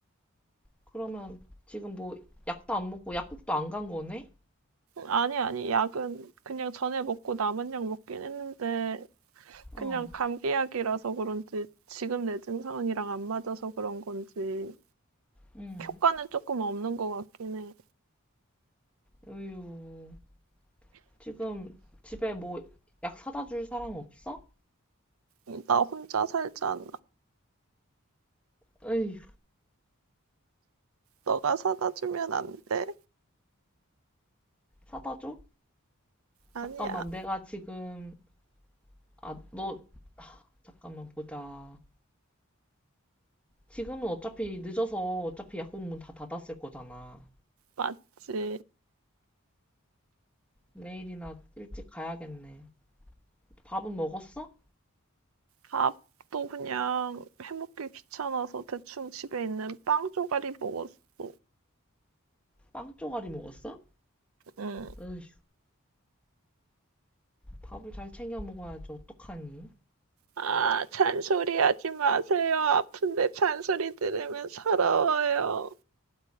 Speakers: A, in the centre; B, on the right.
A: 그러면 지금 뭐 약도 안 먹고 약국도 안 간 거네?
B: 아니, 아니, 약은 그냥 전에 먹고 남은 약 먹긴 했는데
A: 어,
B: 그냥 감기약이라서 그런지 지금 내 증상이랑 안 맞아서 그런 건지
A: 응.
B: 효과는 조금 없는 것 같긴 해.
A: 어휴, 지금 집에 뭐 약 사다 줄 사람 없어?
B: 음, 나 혼자 살잖아.
A: 어휴,
B: 너가 사다 주면 안 돼?
A: 사다 줘?
B: 아니야,
A: 잠깐만, 내가 지금, 아, 너, 잠깐만 보자. 지금은 어차피 늦어서 어차피 약국 문 다 닫았을 거잖아.
B: 맞지.
A: 내일이나 일찍 가야겠네. 밥은 먹었어?
B: 밥도 그냥 해먹기 귀찮아서 대충 집에 있는 빵 조가리 먹었어.
A: 빵 조가리 먹었어?
B: 응.
A: 어휴, 밥을 잘 챙겨 먹어야지, 어떡하니?
B: 아, 잔소리 하지 마세요. 아픈데 잔소리 들으면 서러워요.